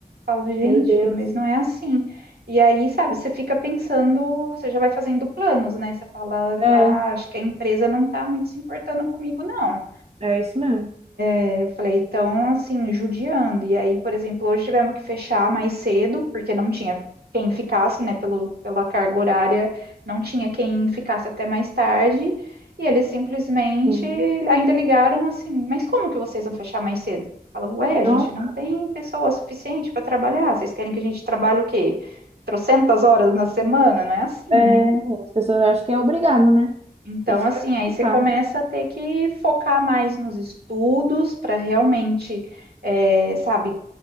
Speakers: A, on the right; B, on the right.
A: falo, gente,
B: Meu Deus.
A: mas não é assim. E aí, sabe, você fica pensando, você já vai fazendo planos, né? Você fala,
B: É,
A: ah, acho que a empresa não tá muito se importando comigo, não.
B: é isso mesmo.
A: É, Eu falei, então, assim, judiando. E aí, por exemplo, hoje tivemos que fechar mais cedo, porque não tinha quem ficasse, né, pelo, pela carga horária, não tinha quem ficasse até mais tarde. E eles simplesmente
B: Sim.
A: ainda ligaram assim: Mas como que vocês vão fechar mais cedo? Fala, ué,
B: Então,
A: a gente não tem pessoa suficiente para trabalhar. Vocês querem que a gente trabalhe o quê? Trocentas horas na semana? Não é assim,
B: é,
A: né?
B: as pessoas acham que é obrigado, né?
A: Então,
B: Isso
A: assim,
B: que é complicado.
A: aí você começa a ter que focar mais nos estudos para realmente, é, sabe,